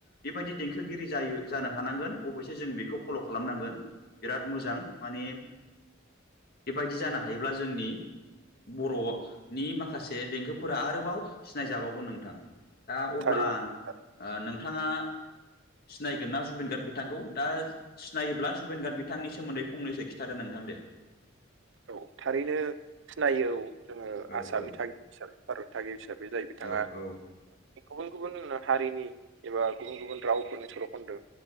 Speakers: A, on the left; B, on the right.
A: बेबायदि देंखोगिरि जायो जानो हानांगोन अबयसे जों बेखौ फल' खालामनांगोन। बिराद मोजां माने बेबायदि जानो हायोब्ला जोंनि बर' नि माखासे देंखोफोरा आरोबाव सिनायजाबावगोन ओ नोंथां दा अब्ला
B: थारैनो
A: ओ
B: थारैनो
A: नोंथाङा सिनायगोन ना जुबेन गार्ड बिथांखौ दा सिनायोब्ला जुबेन गार्ड बिथांनि सोमोन्दै फंनैसो खिथादो नोंथां दे।
B: औ थारैनो सिनायो औ। जोङो
A: औ
B: आसामनि
A: औ
B: थागिबि हिसाबै भारतनि थागिबि हिसाबै जाय बिथाङा।
A: औ औ
B: गुबुन गुबुन हारिनि एबा गुबुन गुबुन रावफोरनि सल' खोनदो